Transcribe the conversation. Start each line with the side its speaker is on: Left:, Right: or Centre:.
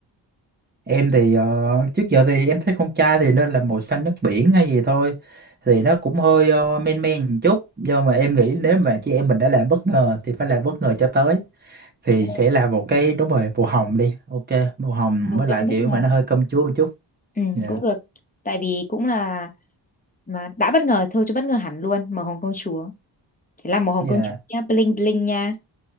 Right: em thì ờ, trước giờ thì em thấy con trai thì nên là màu xanh nước biển hay gì thôi thì nó cũng hơi ờ, men men một chút nhưng mà em nghĩ nếu mà chị em mình đã làm bất ngờ thì phải làm bất ngờ cho tới thì
Left: Ừ,
Right: sẽ là một cái đúng rồi màu hồng đi ok màu hồng
Left: Màu
Right: với lại
Left: cho nó
Right: kiểu
Left: bất ngờ.
Right: mà nó hơi cơm chúa một chút
Left: Ừ,
Right: dạ
Left: cũng được. Tại vì cũng là mà đã bất ngờ thôi chứ bất ngờ hẳn luôn, màu hồng công chúa. Thế là màu hồng
Right: dạ
Left: công chúa nha, bling bling nha.